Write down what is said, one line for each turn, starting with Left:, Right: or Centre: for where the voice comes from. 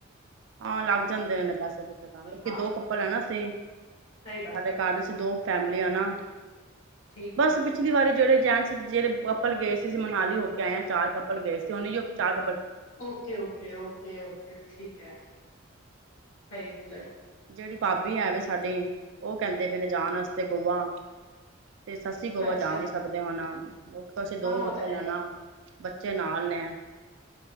Right: ਹਾਂ ਲੱਗ ਜਾਂਦੇ ਨੇ ਪੈਸੇ ਪੂਸੇ ਤਾਂ
Left: ਹਾਂ
Right: ਕਿਿ ਦੋ ਕੱਪਲ ਹੈ ਨਾ ਸੀ
Left: ਸਹੀ ਗੱਲ
Right: ਸਾਡੇ ਘਰ ਦੀ ਸੀ ਦੋ ਫੈਮਲੀ ਆ ਨਾ
Left: ਠੀਕ
Right: ਬਸ
Left: ਹੈ
Right: ਪਿਛਲੀ ਵਾਰੀ ਜਿਹੜੇ ਜਾਣ ਜਿਹੜੇ ਕਪਲ ਗਏ ਸੀ ਮਨਾਲੀ ਹੋ ਆਇ ਚਾਰ ਕੱਪੜ ਗਏ ਸੀ ਤੇ ਉਹ ਚਾਗੱ
Left: ਓਕੇ ਓਕੇ ਓਕੇ ਓਕੇ ਠੀਕ ਸਹੀ ਗੱਲ
Right: ਜਿਹੜੀ ਭਾਬੀ ਹੈ ਵੀ ਸਾਡੀ ਉਹ ਕਹਿੰਦੇ ਵੀ ਨਜਣ ਵਾਸਤੇ ਗੋਆ ਤੇ ਸੱਸੀ ਗੋਆ
Left: ਅੱਛਾ
Right: ਜਾ ਨੀ ਸਕਦੇ ਹੁਣ ਉਹ ਅਸੀਂ ਦੋ
Left: ਹਾਂ
Right: ਕੱਪੜ
Left: ਉਹ ਤਾਂ ਹੈ
Right: ਲੈਣਾ ਬ ੱਚੇ ਨਾਲ ਨੇ